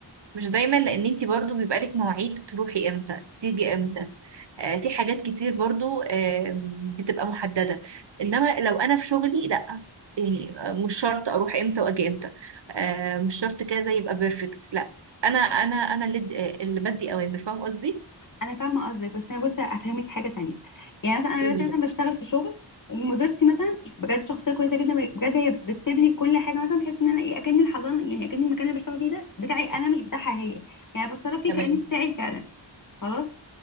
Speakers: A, on the right; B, on the left.
A: مش دايما لان انت برضو بيبقى لك مواعيد تروحي امتى تيجي امتى آه، في حاجات كتير برضو آه، بتبقى محددة انما لو انا في شغلي لا يعني آه، مش شرط اروح امتى واجي امتى آه، مش شرط كذا يبقى بيرفكت لا انا انا انا اللي آه، اللي بدي اوامر فاهم قصدي
B: انا فاهمه قصدك بس انا بصي افهمك حاجه تانية يعني مثلا انا
A: قولي
B: دلوقتي مثلا
A: ده
B: بشتغل في شغل ومديرتي مثلا بجد شخصيه كويسه جدا بجد هي بتسيب لي كل حاجه مثلا بحيث ان انا ايه اكن الحضانه يعني اكن المكان اللي بشتغل فيه ده بتاعي انا مش بتاعها هي يعني بتصرف فيه
A: تمام
B: كانه بتاعي فعلا خلاص